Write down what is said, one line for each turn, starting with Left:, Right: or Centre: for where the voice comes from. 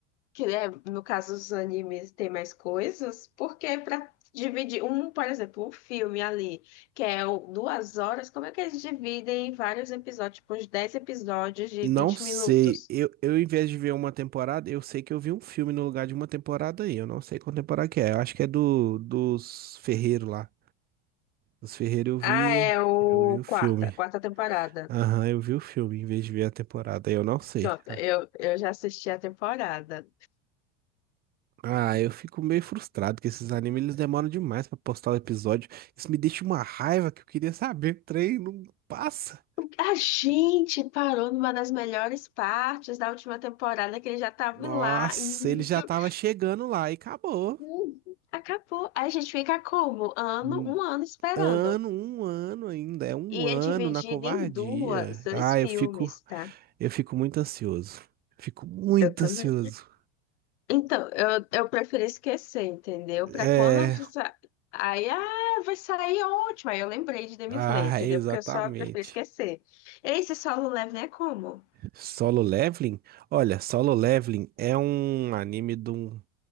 Left: que é, no caso, os animes tem mais coisas, porque pra dividir um, por exemplo, um filme ali, que é o- duas horas, como é que eles dividem em vários episódios, tipo, uns 10 episódios de
Right: Não
Left: vinte
Right: sei.
Left: minutos?
Right: Eu, eu, em vez de ver uma temporada, eu sei que eu vi um filme no lugar de uma temporada aí. Eu não sei qual temporada que é. Eu acho que é do dos Ferreiro lá. Os Ferreira eu vi,
Left: Ah, é o
Right: eu vi o filme.
Left: quarta, quarta temporada.
Right: Aham, eu vi o filme em vez de ver a temporada. Aí Eu não sei.
Left: Pronto,
Right: Ah,
Left: eu, eu já assisti a temporada.
Right: ah, eu fico meio frustrado que esses animes eles demoram demais pra postar o episódio. Isso me deixa uma raiva que eu queria saber. O trem não passa.
Left: A gente parou numa das melhores partes da última temporada, que ele já tava
Right: Nossa,
Left: lá indo.
Right: ele já tava chegando lá e acabou.
Left: Hum, Acabou. Aí a gente fica como? Ano,
Right: Um
Left: um ano esperando.
Right: ano, um ano ainda. É um
Left: E
Right: ano
Left: é dividido
Right: na covardia.
Left: em duas, dois
Right: Ah,
Left: filmes,
Right: eu fico,
Left: tá?
Right: eu fico muito ansioso. Fico muito
Left: Eu também.
Right: ansioso.
Left: Então, eu, eu prefiro esquecer, entendeu?
Right: É,
Left: Pra quando. eu sa- Aí, ah, vai sair ótimo. Aí eu lembrei de Demon
Right: ah,
Left: Slayer, entendeu?
Right: exatamente.
Left: Porque eu só prefiro esquecer. Esse solo leve é como?
Right: Solo Leveling? Olha, Solo Leveling é um anime de um.